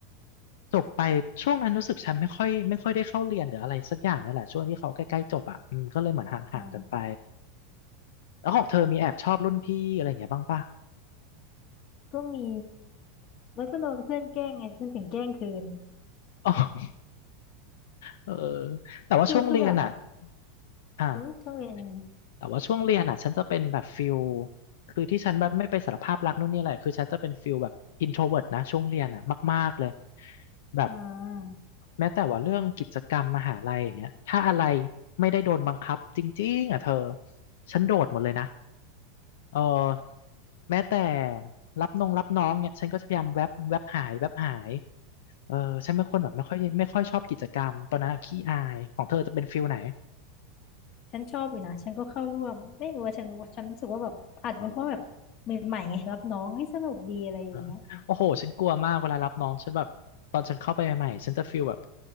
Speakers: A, on the left; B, on the left.
A: จบไปช่วงนั้นรู้สึกฉันไม่ค่อยไม่ค่อยได้เข้าเรียนหรืออะไรสักอย่างนั่นแหละช่วงที่เขาใกล้ๆจบอ่ะอืมก็เลยเหมือนห่างๆกันไป
B: อ่า
A: แล้วของเธอมีแอบชอบรุ่นพี่อะไรอย่างเงี้ยบ้างปะ
B: ก็มีแล้วก็โดนเพื่อนแกล้งไงฉันถึงแกล้งคืน
A: อ๋อเออแต่ว่าช่วงเรียนอ่ะ
B: คือคือแบบ
A: อ่ะ
B: อืมช่วงเรียนยังไง
A: แต่ว่าช่วงเรียนอ่ะฉันจะเป็นแบบฟิลคือที่ฉันแบบไม่ไปสารภาพรักนู่นนี่อะไรคือฉันจะเป็นฟิลแบบอินโทรเวิร์ตนะช่วงเรียนอ่ะมากๆเลยแบบ
B: อ่า
A: แม้แต่ว่าเรื่องกิจกรรมมหาลัยอย่างเงี้ยถ้าอะไรไม่ได้โดนบังคับจริงๆอ่ะเธอฉันโดดหมดเลยนะเออแม้แต่รับนงรับน้องเนี่ยฉันก็จะพยายามแวบแวบหายแวบหายเออฉันเป็นคนแบบไม่ค่อยไม่ค่อยชอบกิจกรรมตอนนั้นอะขี้อายของเธอจะเป็นฟิลไหน
B: ฉันชอบอยู่นะฉันก็เข้าร่วมไม่รู้ว่าฉันรู้ฉันรู้สึกว่าแบบอาจจะเป็นเพราะแบบใหม่ๆไงรับน้องเฮ้ยสนุกดีอะไรอย่างเงี้ย
A: อ๋อ อ่าโอ้โห ฉันกลัวมากเวลารับน้อง ฉันแบบตอนฉันเข้าไปใหม่ๆฉันจะฟีลแบบ